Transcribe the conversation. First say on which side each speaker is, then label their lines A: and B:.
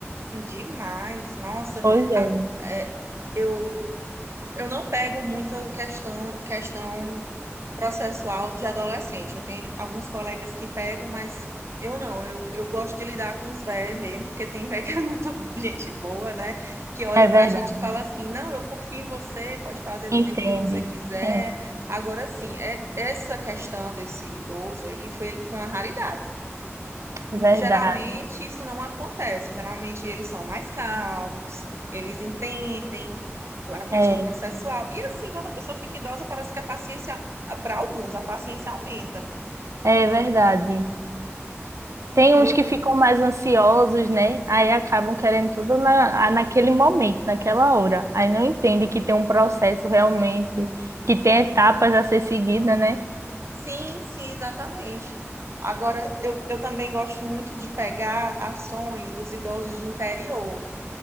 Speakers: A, on the right (about 65°); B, on the right (about 80°).
A: Demais, nossa.
B: Hoje é.
A: A- é, eu eu não pego muita questão, questão processual de adolescente. Eu tenho alguns colegas que pegam, mas eu não. Eu, eu gosto de lidar com os velhos mesmo, porque tem velho <laughs> que é muito gente boa, né? Que olha
B: É verdade.
A: pra gente e fala assim: não, eu confio em você, pode fazer
B: Entende.
A: do jeito que você quiser.
B: Sim,
A: Agora, sim, é, essa questão desse idoso aí foi, foi uma raridade.
B: verdade.
A: Geralmente isso não acontece. Geralmente eles são mais calmos, eles entendem a questão
B: É,
A: processual. E assim, quando a pessoa fica idosa, parece que a paciência, para alguns, a paciência aumenta.
B: é verdade. Tem
A: Meu,
B: uns que ficam mais ansiosos, né? Aí acabam querendo tudo na, ah, naquele momento, naquela hora. Aí não entende que tem um processo realmente, que tem etapas a ser seguida, né?
A: sim, sim, exatamente. Agora, eu, eu também gosto muito de pegar ações dos idosos de interior,